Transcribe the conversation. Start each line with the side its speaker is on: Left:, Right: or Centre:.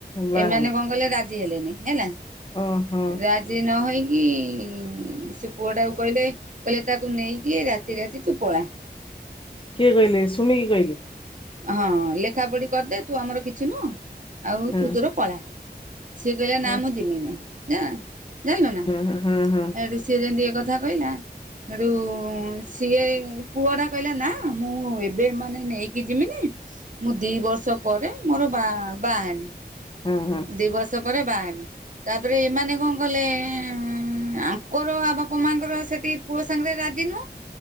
Left: ବାହା
Right: ଏମାନେ
Left: ହେମି
Right: କଣ କଲେ ରାଜି ହେଲେନି ହେଲା
Left: ଓହୋ
Right: ରାଜି ନହେଇକି କି ସେ ପୁଅ ଟାକୁ କହିଲେ କହିଲେ ତାକୁ ନେଇକି ରାତି ରାତି ତୁ ପଳା।
Left: କିଏ କହିଲେ ସୁମି କି କହିଲେ?
Right: ହଁ ଲେଖା ପଢି କରିଦେ ତୁ ଆମର କିଛି ନୁହଁ ଆଉ
Left: ହଁ
Right: ତୁ ତୋର ପଳା। ସିଏ କହିଲା ନା
Left: ହଁ
Right: ମୁଁ ଯିମିିନି ଯା ଜାଣିଲ ନା
Left: ହଁ ହଁ ହଁ
Right: ଏଠୁ ସିଏ ଯେମିତି କଥା କହିଲା। ହେଠୁ ସିଏ ପୁଅ ଟା କହିଲା ନା ମୁଁ ଏବେ ମାନେ ନେଇ କିଜିମିନି ମୁଁ ଦି ବର୍ଷ ପରେ ମୋର ବା ବାହା ହେବି।
Left: ହଁ ହଁ
Right: ଦି ବର୍ଷ ପରେ ବାହା ହେମି ତାପରେ ଏମାନେ କଣ କଲେ ଏଁ ହ ଆଙ୍କର ଆ ବାପା ମାଙ୍କର ସେଠି ପୁଅ ସାଙ୍ଗରେ ରାଜି ନୁହଁ।